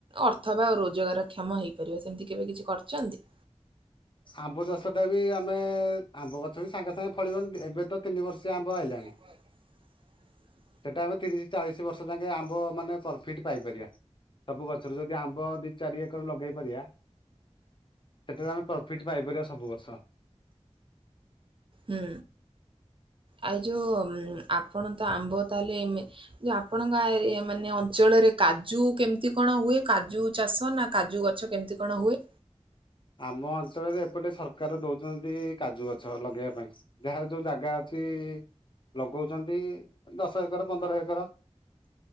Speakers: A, on the right (about 50°); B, on the left (about 45°).
A: ଅର୍ଥ ବା ଆଉ ରୋଜଗାର କ୍ଷମ ହେଇପାରିବା ସେମିତି କେବେ କିଛି କରିଛନ୍ତି।
B: ଆମ୍ବ ଚାଷଟା ବି ଆମେ ଆମ୍ବ ଗଛ ବି ସାଙ୍ଗେ ସାଙ୍ଗେ ଫଳିବ ଏବେ ତ ତିନି ବର୍ଷେ ଆମ୍ବ ହେଲାଣି।
A: ହ
B: ହେଟା ଆମେ ତିରି ଚାଳିଶ ବର୍ଷ ଯାଙ୍କେ ଆମ୍ବ ମାନେ ପର୍ଫିଟ୍ ପାଇପାରିବା। ସବୁ ଗଛରୁ ଯଦି ଆମ୍ବ ଦି ଚାରି ଏକର ଲଗେଇ ପାରିବା। ହେଠାରେ ଆମେ ପ୍ରଫିଟ୍ ପାଇପାରିବା ସବୁ ବର୍ଷ।
A: ହୁଁ, ଆଉ ଯୋ ଆପଣ ତ ଆମ୍ବ ତାହେଲେ ଏମେ ଯେ ଆପଣଙ୍କ ଏ ମାନେ ଅଞ୍ଚଳରେ କାଜୁ କେମିତି କଣ ହୁଏ? କାଜୁ ଚାଷ ନା କାଜୁ ଗଛ କେମିତି କଣ ହୁଏ?
B: ଆମ ଅଞ୍ଚଳରେ ଏପଟେ ସରକାର ଦଉଛନ୍ତି କାଜୁ ଗଛ ଲଗେଇବା ପାଇଁ। ଯାହାର ଯଉ ଜାଗା ଅଛି-ଇ ଲଗଉଛନ୍ତି। ଦଶ ଏକର ପନ୍ଦର ଏକର।